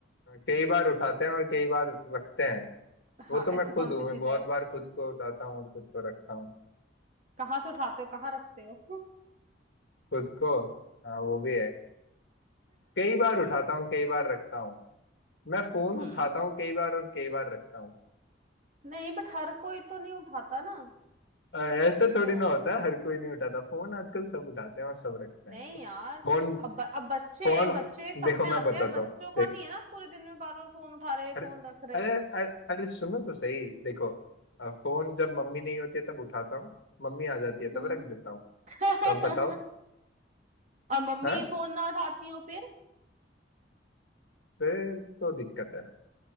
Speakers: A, on the left (about 70°); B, on the right (about 40°).
A: कई बार उठाते हैं और कई बार रखते हैं
B: हाँ
A: वो तो मैं
B: ऐसी
A: खुद
B: कौन
A: हूँ
B: सी
A: मैं
B: चीज
A: बहुत
B: है
A: बार खुद को उठाता हूँ और खुद को रखता हूँ
B: कहाँ से उठाते हो कहाँ रखते हो <laughs>
A: खुद को हाँ वो भी है कई बार उठाता हूँ कई बार रखता हूँ मैं फोन
B: हम्म
A: उठाता हूँ कई बार और कई बार रखता हूँ
B: नहीं बट हर कोई तो नहीं उठाता ना
A: अ, ऐसे थोड़ी
B: फोन
A: ना होता है हर कोई नहीं उठाता फोन आजकल सब उठाते हैं और सब रखते
B: नहीं
A: हैं
B: यार
A: फोन
B: अब अब बच्चे
A: फोन
B: हैं बच्चे सब
A: देखो
B: में
A: मैं
B: आते
A: बताता
B: हैं बच्चों
A: हूँ
B: का
A: देख
B: नहीं है ना पूरे दिन में बार बार फोन उठा रहे
A: अरे
B: फोन रख रहे
A: अरे अरे अरे सुनो तो सही देखो अ, फोन जब मम्मी नहीं होती है तब उठाता हूँ मम्मी आ जाती है
B: हम्म
A: तब रख देता हूँ
B: <laughs>
A: तो अब बताओ
B: और मम्मी
A: हाँ
B: फोन ना उठाती हो फिर
A: फिर तो दिक्कत है